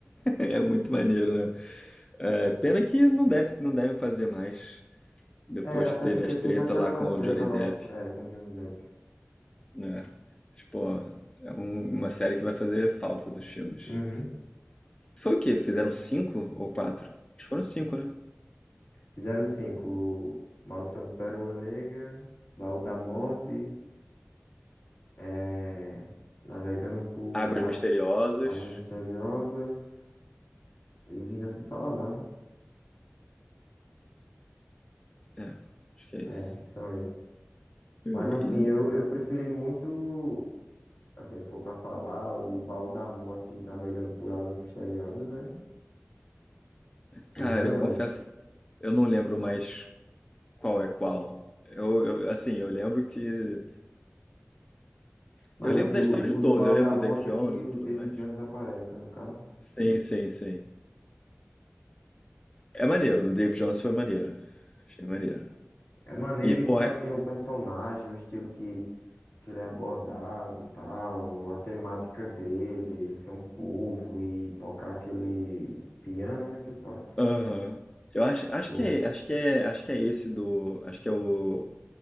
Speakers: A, on the left; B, on the left.
A: É muito maneiro, né? É, pena que não deve, não deve fazer mais. Depois
B: É, até
A: que teve
B: porque
A: as treta
B: teve aquela
A: lá com o
B: treta
A: Johnny
B: lá
A: Depp,
B: do, é, com o Johnny Depp.
A: né? Mas, pô, é um- uma série que vai fazer falta dos filmes.
B: Uhum.
A: Foi o quê? Fizeram cinco ou quatro? Acho que foram cinco, né?
B: Fizeram cinco. Maldição do Pérola Negra, Baú da Morte, eh, Navegando por
A: Águas
B: Águ-
A: Misteriosas.
B: Águas Misteriosas e Vingança de Salazar, né?
A: É, acho que é
B: É,
A: isso.
B: são esses.
A: E-
B: Mas assim,
A: e,
B: eu, eu preferi muito, assim, se for pra falar, o Baú da Morte e Navegando por Águas Misteriosas é os
A: cara,
B: melhores.
A: eu confesso que eu não lembro mais qual é qual. Eu, eu- assim, eu lembro que.
B: Mas
A: Eu lembro
B: assim,
A: da
B: o,
A: história
B: o
A: de todos,
B: do Baú
A: eu lembro
B: da Morte
A: do David Jones
B: é que
A: e
B: o
A: tudo
B: David
A: mais.
B: Jones aparece, né, no caso.
A: Sim, sim, sim. É maneiro, do David Jones foi maneiro. Achei maneiro.
B: É maneiro
A: E, porra,
B: e tipo assim, o personagem, o estilo que que ele é abordado, tal, a temática dele, ele ser um povo e tocar aquele piano, né, que ele toca.
A: Aham. Eu acho, acho
B: Pô.
A: que é, acho que é, acho que é esse do, acho que é o,